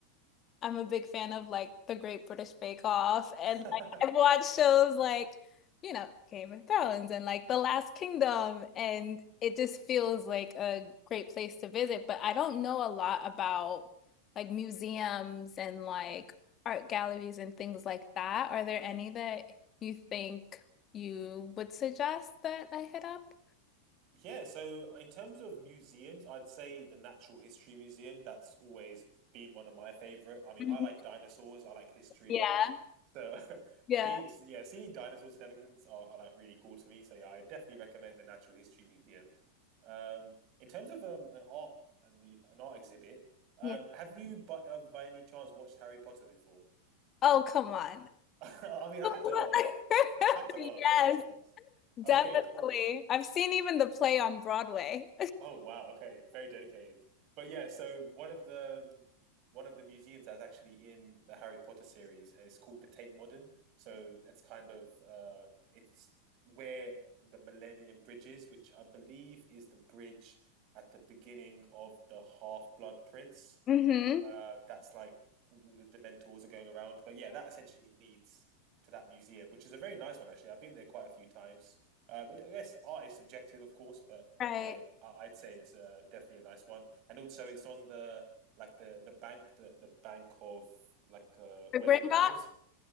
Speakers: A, on the left; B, on the right.
A: I'm a big fan of like the Great British Bake Off and
B: <laughs>
A: like I've watched shows like, you know, Game of Thrones and like The Last Kingdom and it just feels like a great place to visit, but I don't know a lot about like museums and like art galleries and things like that. Are there any that you think you would suggest that I hit up?
B: Yeah, so in terms of museums, I'd say the Natural History Museum, that's always been one of my favorite. I mean,
A: Mhm.
B: I like dinosaurs, I like history,
A: Yeah.
B: like so <laughs>
A: Yeah.
B: the yeah, seeing dinosaur skeletons are, are like really cool to me. So yeah, I definitely recommend the Natural History Museum. Um, in terms of um, an art an art exhibit, um,
A: Yeah.
B: have you by, uh, by any chance watched Harry Potter before?
A: Oh, come on.
B: <laughs> I mean, I
A: <laughs>
B: had to ask. I had to ask.
A: Yes,
B: I had to ask.
A: definitely.
B: Okay, cool.
A: I've seen even the play on Broadway.
B: Oh wow. Okay, very dedicated. But yeah, so one of the um, one of the museums that's actually in the Harry Potter series is called the Tate Modern. So it's kind of uh, it's where the Millennium Bridge is, which I believe is the bridge at the beginning of the Half-Blood Prince.
A: Mm-hmm.
B: Um, that's like all the Dementors are going around. But yeah, that essentially leads to that museum, which is a very nice one actually. I've been there quite a few times. Um, I guess art is subjective, of course, but
A: Right.
B: you know, I- would say it's uh, definitely a nice one. And also, it's on the like the the bank, the the bank of like uh, where
A: The Gringotts,
B: the river is.